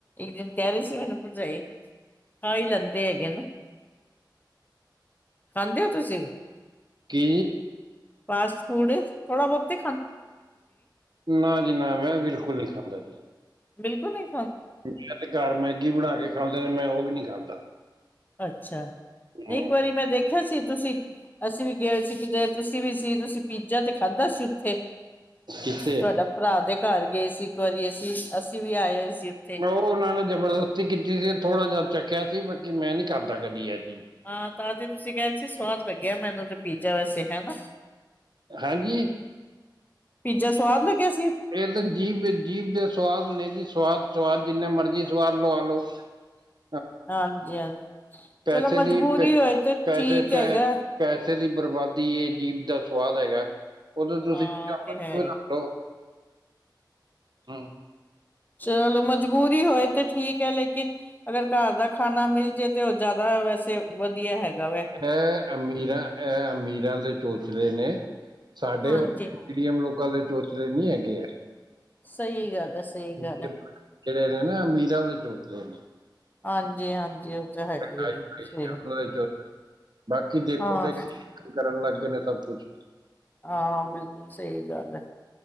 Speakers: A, on the left; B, on the right.
A: ਇੱਕ ਨ ਕਹਿ ਰਹੇ ਸੀ। ਮੈਨੂੰ ਭਰਜਾਈ ਖਾ ਹੀ ਲੈਂਦੇ ਹੈਗੇ ਨਾ। ਖਾਂਦੇ ਹੋ ਤੁਸੀਂ।
B: ਕੀ
A: ਫਾਸਟ ਫੂਡ ਥੋੜਾ ਬਹੁਤੇ
B: ਨਾ, ਜੀ ਨਾ ਮੈਂ ਬਿਲਕੁਲ ਨਹੀਂ ਖਾਂਦਾ ਜੀ।
A: ਬਿਲਕੁਲ ਨਹੀ।
B: ਮੈਂ 'ਤੇ ਘਰ ਮੈਗੀ ਬਣਾ ਕੇ ਖਾਂਦੇ ਨੇ, ਮੈਂ ਉਹ ਵੀ ਨਹੀਂ ਖਾਂਦਾ।
A: ਅੱਛਾ। ਨਹੀਂ
B: ਹੂੰ
A: ਇੱਕ ਵਾਰੀ ਮੈਂ ਦੇਖਿਆ ਸੀ। ਤੁਸੀਂ ਅਸੀਂ ਵੀ ਗਏ ਸੀ। ਕਿਤੇ ਤੁਸੀਂ ਵੀ ਸੀ ਤੁਸੀਂ ਪੀਜਾ 'ਤੇ ਖਾਧਾ ਸੀ। ਉੱਥੇ
B: ਕਿੱਥੇ
A: ਤੁਹਾਡਾ ਭਰਾ ਦੇ ਘਰ ਗਏ ਸੀ। ਇੱਕ ਵਾਰੀ ਅਸੀਂ। ਅਸੀਂ ਵੀ ਆਏ ਹੋਏ ਸੀ। ਉੱਥੇ
B: ਉਹ ਉਹਨਾਂ ਨੇ ਜਬਰਦਸਤੀ ਕੀਤੀ ਸੀ। ਥੋੜਾ ਜਿਹਾ ਚੱਖੀਆਂ ਸੀ। ਬਾਕੀ ਮੈਂ ਨੀ ਖਾਂਦਾ ਕਦੀ ਅਜ
A: ਹਾਂ, ਤਾਂ ਤੁਸੀਂ ਕਹਿ ਰਹੇ ਸੀ। ਸਵਾਦ ਲੱਗਿਆ ਮੈਨੂੰ ਤੇ ਪੀਜ਼ਾ ਵੈਸੇ ਹੈਨਾ।
B: ਹਾਂਜੀ
A: ਪੀਜਾ ਸਵਾਦ ਲੱਗਿਆ ਸੀ।
B: ਇਹ ਤਾਂ ਜੀਭ, ਜੀਭ ਦੇ ਸੁਵਾਦ ਨੇ ਜੀ ਸਵਾਦ, ਸਵਾਦ। ਜਿੰਨੇ ਮਰਜ਼ੀ <unintelligible>
A: ਹਾਂਜੀ, ਹਾਂਜੀ
B: ਪੈਸੇ
A: ਚਲੋ ਮਜਬੂਰੀ
B: ਦੀ, ਪੈਸੇ
A: ਹੋਏ ਤੇ ਠੀਕ
B: ਪੈ ਪੈਸੇ
A: ਹੈਗਾ
B: ਪੈਸੇ ਦੀ ਬਰਬਾਦੀ ਏ। ਜੀਭ ਦਾ ਸਵਾਦ ਹੈਗਾ। ਉਹਨੂੰ ਤੁਸੀਂ
A: ਹਾਂ
B: ਜਿਦਾ
A: ਤੇ
B: ਮਰਜੀ
A: ਹੈ
B: ਵਧਾ
A: ਹੀ
B: ਲੋ। ਹੂੰ
A: ਚਲੋ। ਮਜਬੂਰੀ ਹੋਏ ਤੇ ਠੀਕ ਹੈ। ਲੇਕਿਨ ਅਗਰ ਘਰ ਦਾ ਖਾਣਾ ਮਿਲ ਜੇ ਤੇ ਉਹ ਜ਼ਿਆਦਾ ਵੈਸੇ ਵਧੀਆ ਹੈਗਾ। ਵੈ
B: ਇਹ ਅਮੀਰਾਂ, ਇਹ ਅਮੀਰਾਂ ਦੇ ਚੋਚਲੇ ਨੇ। ਸਾਡੇ
A: ਹਾਂਜੀ
B: ਮੀਡੀਐਮ ਲੋਕਾਂ ਦੇ ਚੋਚਲੇ ਨੀ ਹੈਗੇ ਏ।
A: ਸਹੀ ਗੱਲ ਹੈ ਸਹੀ
B: ਜਿਹੜੇ
A: ਗੱਲ ਹੈ
B: ਨੇ ਨਾ ਅਮੀਰਾ ਦੇ ਚੋਚਲੇ ਨੇ
A: ਹਾਂਜੀ, ਹਾਂਜੀ ਉਹ ਤਾਂ ਹੈਗੀ ਹੈ
B: ਖਾਈਾਈ
A: ਬਿਲਕੁਲ ਸਹੀ
B: ਉਹਨਾਂ ਦੇ ਚ ਬਾਕੀ ਦੇਖੋ
A: ਹਾਂ
B: ਦੇਖੇ ਕਰਨ ਲੱਗ ਗਏ ਨੇ <unintelligible> ਸਭ ਕੁਛ
A: ਹਾਂ, ਬਿਲਕੁਲ ਸਹੀ ਗੱਲ ਹੈ।